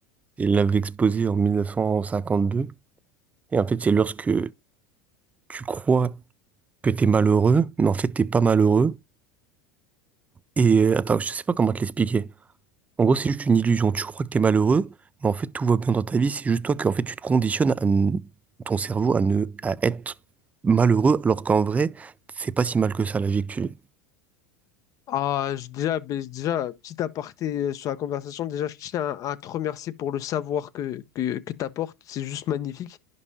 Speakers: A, on the right (about 15°); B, on the left (about 40°).
A: il l'avait exposée en 1952. Et en fait, c'est lorsque tu crois que t'es malheureux, mais en fait, t'es pas malheureux. Et euh, attends, je sais pas comment te l'expliquer. En gros, c'est juste une illusion. Tu crois que t'es malheureux, mais en fait, tout va bien dans ta vie. C'est juste toi que, en fait, tu te conditionnes à ne- ton cerveau à ne, à être malheureux, alors qu'en vrai, c'est pas si mal que ça, la vie que tu vis.
B: Ah, je- déjà, ben, déjà, petit aparté euh, sur la conversation, déjà, je tiens à, à te remercier pour le savoir que, que, que tu apportes. C'est juste magnifique.